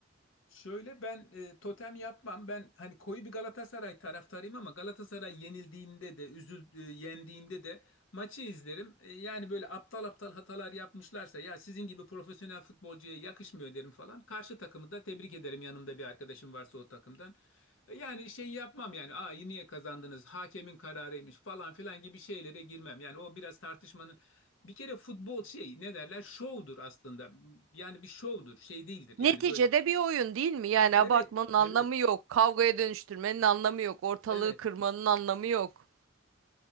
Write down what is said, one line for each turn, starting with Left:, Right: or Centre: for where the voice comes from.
Left: Şöyle ben e, totem yapmam. Ben hani koyu bir Galatasaray taraftarıyım ama Galatasaray yenildiğinde de, üzül e, yendiğinde de maçı izlerim. E, yani böyle aptal aptal hatalar yapmışlarsa ya sizin gibi profesyonel futbolcuya yakışmıyor derim falan. Karşı takımı da tebrik ederim yanımda bir arkadaşım varsa o takımdan. E, yani şey yapmam yani. Aa niye kazandınız? Hakemin kararıymış falan filan gibi şeylere girmem. Yani o biraz tartışmanın bir kere futbol şey ne derler? Şovdur aslında. Yani bir şovdur, şey değildir. Yani
Right: Neticede
Left: böyle.
Right: bir oyun değil mi? Yani
Left: Evet,
Right: abartmanın anlamı
Left: evet,
Right: yok. Kavgaya dönüştürmenin anlamı yok. Ortalığı
Left: evet.
Right: kırmanın anlamı yok.